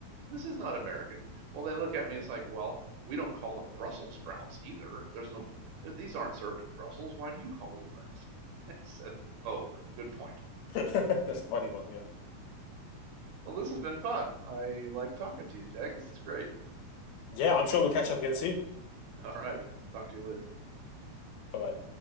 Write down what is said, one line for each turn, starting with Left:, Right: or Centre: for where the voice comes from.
Right: This is not American. Well, they look at me, it's like, Well, we don't call them Brussels sprouts either. There's no, these aren't served in Brussels. Why do you call them that? <laughs> I said, Oh, good point.
Left: That's a funny one. yeah.
Right: Well, this has been fun. I like talking to you, Jack. This is great.
Left: Yeah, I'm sure we'll catch up again soon.
Right: All right. Talk to you later.
Left: Bye bye.